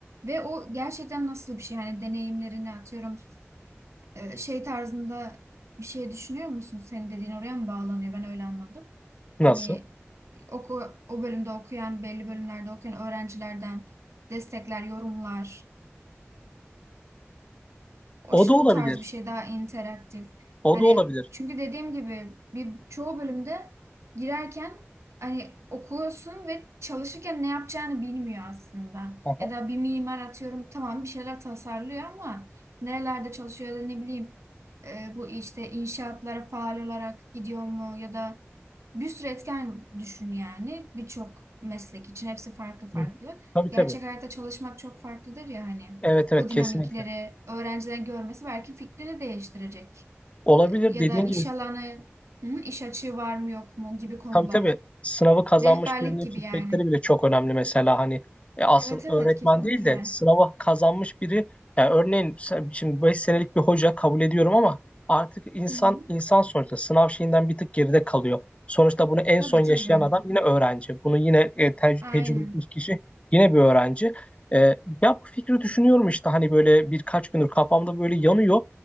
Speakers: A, on the right; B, on the left.
A: Ve o gerçekten nasıl bir şey? Yani deneyimlerini atıyorum e, şey tarzında bir şey düşünüyor musun? Senin dediğin oraya mı bağlanıyor? Ben öyle anladım.
B: Nasıl?
A: Hani oku, o bölümde okuyan, belli bölümlerde okuyan öğrencilerden destekler, yorumlar, o,
B: O
A: ş-
B: da olabilir.
A: o tarz bir şey daha interaktif.
B: O
A: Hani
B: da olabilir.
A: çünkü dediğim gibi bir çoğu bölümde girerken hani okuyorsun ve çalışırken ne yapacağını bilmiyor aslında.
B: Aha.
A: Ya da bir mimar atıyorum tamam bir şeyler tasarlıyor ama nerelerde çalışıyor ya da ne bileyim e, bu işte inşaatlara faal olarak gidiyor mu ya da bir sürü etken düşün yani birçok meslek için hepsi farklı farklı.
B: Hı hı. Tabii
A: Gerçek
B: tabii.
A: hayatta çalışmak çok farklıdır ya hani
B: Evet evet
A: o
B: kesinlikle.
A: dinamikleri öğrencilerin görmesi belki fikrini değiştirecek.
B: Olabilir
A: Ee, ya
B: dediğin
A: da iş
B: gibi
A: alanı, hı, iş açığı var mı yok mu gibi konular.
B: Tabii tabii sınavı kazanmış
A: Rehberlik
B: birinin
A: gibi
B: feedbackleri
A: yani.
B: bile çok önemli mesela hani e, aslında
A: Evet evet
B: öğretmen
A: kesinlikle.
B: değil de sınavı kazanmış biri yani örneğin sen- şimdi 5 senelik bir hoca kabul ediyorum ama artık insan
A: Hı hı.
B: insan sonuçta sınav şeyinden bir tık geride kalıyor. Sonuçta bunu en
A: Tabii
B: son yaşayan
A: tabii.
B: adam yine öğrenci. Bunu yine e, te-
A: Aynen.
B: tecrübe etmiş kişi yine bir öğrenci. E, ya bu fikri düşünüyorum işte hani böyle birkaç gündür kafamda böyle yanıyor.